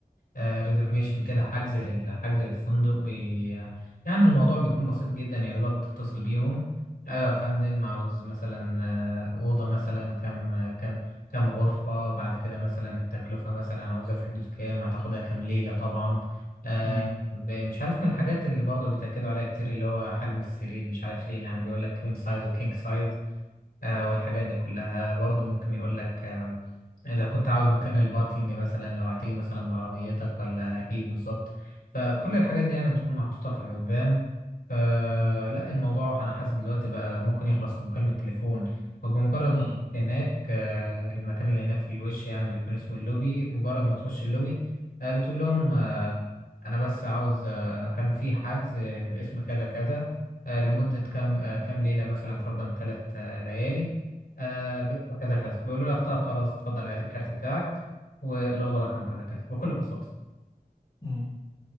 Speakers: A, on the left (about 75°); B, on the left (about 25°).
A: ريزرفيشن كده حجز لل- حجز للفندق بي يعني الموضوع بيكون بسيط جدا يعني دوبك بتتصل بيهم ايوه يا فندم عاوز مثلا آه، اوضه مثلا كم كم كم غرفه بعد كده مثلا التكلفه مثلا عاوزها في حدود كام هتاخدها كام ليله طبعا آه،
B: مم.
A: ب- مش عارف من الحاجات اللي برضه بيتأكدوا عليها كتير اللي هو حجم السرير مش عارف ليه يعني بيقول لك كوين سايز وكينج سايز آه والحاجات دي كلها برضه ممكن يقول لك آه إذا كنت عاوز مكان للباركينج مثلا لو هتيجي مثلا بعربيتك ولا إيه بالظبط فكل الحاجات دي يعني بتكون محطوطة في الحسبان آه لا الموضوع أنا حاسس دلوقتي بقى ممكن يخلص في مكالمة تليفون وبمجرد
B: مم.
A: ما تخش هناك آه المكان اللي هناك في الوش يعني بيكون اسمه اللوبي بمجرد ما تخش اللوبي آه بتقول لهم آه أنا بس عاوز آه أنا كان في حجز باسم كذا كذا آه، لمدة كام آه، كام ليلة مثلا فرضا ثلاث آه، ليالي آه، ب- وكذا كذا بيقولوا لك طب خلاص اتفضل عاد الكارت بتاعك والأوضة رقم كذا كذا بكل بساطة
B: مم.